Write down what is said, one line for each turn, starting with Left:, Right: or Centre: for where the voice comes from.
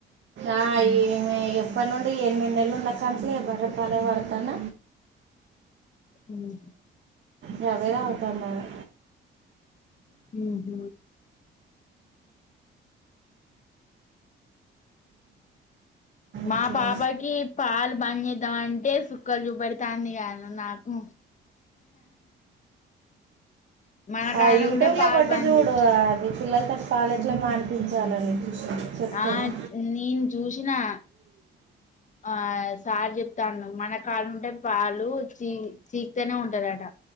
Right: ఆ ఈ ఎప్పటి నుండి ఎనిమిది నెలలు ఉన్నా కానించి ఎ బర్రె పాలే పడతాన్న
Left: ఉహు
Right: గదే తగ్గుతుందాయే
Left: హ హ మా
Right: అట్లా
Left: పాపకి పాలు బంద్ చేద్దాం అంటే సుక్కలు చూపెడుతాంది కాను నాకు మనకాడ
Right: ఆ యూట్యూబ్
Left: ఉంటే
Right: లా
Left: పాలు
Right: కొట్టి
Left: బంద్
Right: చూడు
Left: చే
Right: అది పిల్లలతోటి పాలు ఎట్ల మానిపించాలని చెప్తారు
Left: ఆ నేను చూసినా ఆ సార్ చెప్తాండు మన కాడా ఉంటే పాలు చీ చీకుతనే ఉంటారట